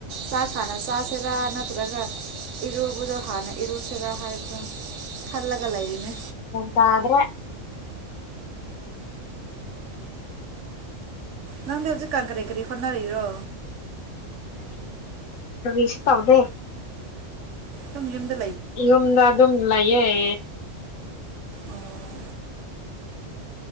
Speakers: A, on the right; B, on the left.
A: ꯆꯥꯛ ꯍꯥꯟꯅ ꯆꯥꯁꯤꯔꯥ ꯅꯠꯇ꯭ꯔꯒ ꯏꯔꯨꯕꯗꯣ ꯍꯥꯟꯅ ꯏꯔꯨꯁꯤꯦꯔꯥ ꯍꯥꯏꯕꯗꯣ ꯈꯜꯂꯒ ꯂꯩꯔꯤꯅꯦ
B: ꯇꯗ꯭ꯔꯦ
A: ꯅꯪꯗꯤ ꯍꯧꯖꯤꯛ ꯀꯥꯡ ꯀꯔꯦ ꯀꯔꯤ ꯍꯣꯠꯅꯔꯤꯔꯣ
B: ꯔꯕꯤꯁ ꯇꯧꯗ
A: ꯇꯨꯝꯖꯨꯝꯗ
B: ꯌꯨꯝꯗ ꯑꯗꯨꯝ ꯂꯌꯦꯦ
A: ꯑꯣ